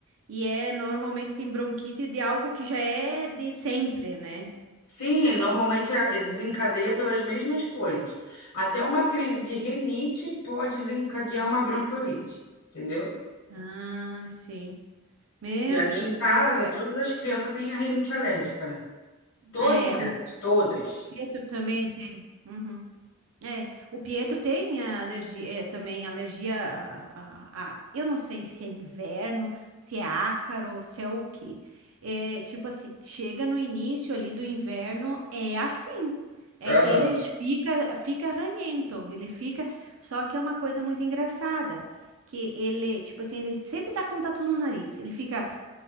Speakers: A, on the right; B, on the left.
A: E é, normalmente tem bronquite de algo que já é de sempre, né?
B: Sim, normalmente é- é desencadeia pelas mesmas coisas. Até uma crise de renite pode desencadear uma bronquiolite, entendeu?
A: Ah, sim. Meu
B: E aqui
A: Deus,
B: em casa,
A: que fé.
B: todas as crianças têm a renite alérgica, né? Todas
A: É,
B: elas,
A: o
B: todas.
A: Pedro também tem. Uhum. É, o Pietro tem a alergia, é, também alergia a, a- a- eu não sei se é inverno, se é ácaro, se é o quê. É, tipo assim, chega no início ali do inverno, é assim. É,
B: Aham,
A: ele fica, fica ranhento, ele fica, só que é uma coisa muito engraçada, que ele, tipo assim, ele sempre tá com tatu no nariz, ele fica